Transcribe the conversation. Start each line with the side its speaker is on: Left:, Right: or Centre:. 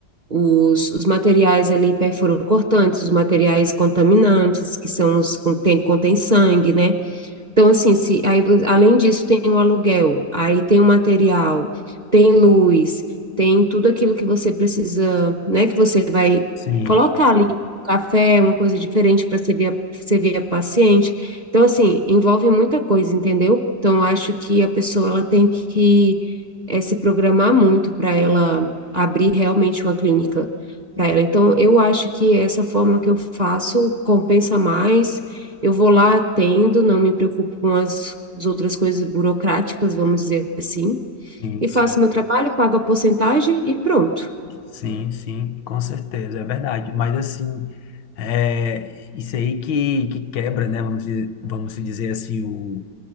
Right: os, os materiais ali perfurocortantes, os materiais contaminantes, que são os que contêm sangue, né? Então, assim, se, aí, além disso, tem o aluguel, aí tem o material, tem luz, tem tudo aquilo que você precisa, né? Que você vai
Left: sim,
Right: colocar ali um café, uma coisa diferente para servir a, servir a paciente. Então, assim, envolve muita coisa, entendeu? Então, eu acho que a pessoa ela tem que eh, se programar muito para ela abrir realmente uma clínica para ela. Então, eu acho que essa forma que eu faço compensa mais eu vou lá, atendo, não me preocupo com as, as outras coisas burocráticas, vamos dizer assim,
Left: sim,
Right: e
Left: sim.
Right: faço meu trabalho, pago a porcentagem e pronto.
Left: Sim, sim, com certeza, é verdade. Mas assim, é, isso aí que, que quebra, né? Vamos, dizer- vamos se dizer assim, o,